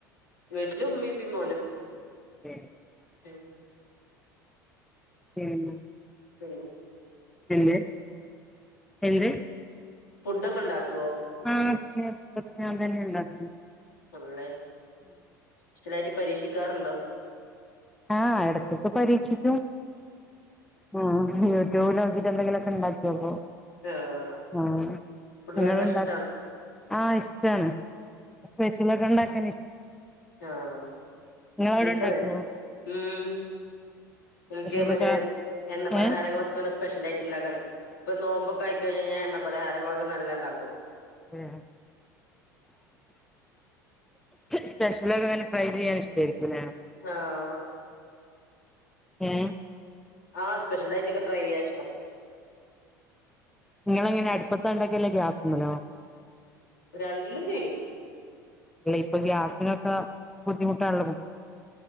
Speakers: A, on the left; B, in the centre.
A: വിട്ടില് ഉമ്മി പിം മോനും.
B: ഏ
A: <unintelligible>
B: എൻന്ന്
A: ഹാലോ സ്
B: എന്ത് എൻന്ത്
A: ഫുഡ്ക്കെണ്ടാക്കും
B: ആ പിന്നെ ഫുഡ്ക്കെ ഞാൻ തന്നെ ണ്ടാക്കി
A: നമ്മളെ സ്പെഷ്യലായിട്ട് പരീക്ഷിക്കാർ ണ്ടോ
B: ആഹ എടക്കൊക്കെ പരീക്ഷിക്കും. ആ യൂട്യൂബിലോക്കിട്ട് എന്തെങ്കിലും ക്കെണ്ടാക്കോക്കും.
A: ആഹ്
B: ആഹ
A: ഫുഡ്ണ്ടാക്കാൻ
B: നിങ്ങളുണ്ടാക്
A: ഇഷ്ടാണോ
B: ആഹ് ഇഷ്ടാണ്. സ്പെഷ്യലൊക്കെ ണ്ടാക്ക്
A: ആഹ
B: നിങ്ങളവിടെ
A: നിക്കും
B: ഉണ്ടാക്കുവോ
A: അതെ, ഉം എനിക്ക്
B: സ്പെഷ്യലൊക്കെ
A: മറ്റേ എണ്ണ പലഹാരങ്ങളൊക്കെയ
B: ഏഹ്
A: സ്പെഷ്യൽ ആയിട്ട് ഉണ്ടാക്കാൻ ഇപ്പൊ നോമ്പൊക്കെയി കഴിഞ്ഞാൽ എണ്ണ പലഹാരങ്ങളൊക്കെ നല്ല ഉണ്ടാക്കും
B: ഉഹ സ്പെഷ്യലൊക്കെനെ ഫ്രൈ ചെയ്യാൻ ഇഷ്ടമായിരിക്കുലെ
A: ആഹ
B: ആം
A: ആഹ സ്പെഷ്യൽ ആയിട്ടൊക്കെ ട്രൈ ചെയ്യാ ഇഷ്ടോ
B: നിങ്ങള എങ്ങനെ അടുപ്പത്തണ്ടൊക്കെല്ലോ ഗ്യാസമ്മലോ
A: രണ്ടിലും ചെയ്യും
B: അല്ല ഇപ്പൊ ഗ്യാസിനൊക്കെ ബുദ്ധിമുട്ടാണല്ലപ്പൊ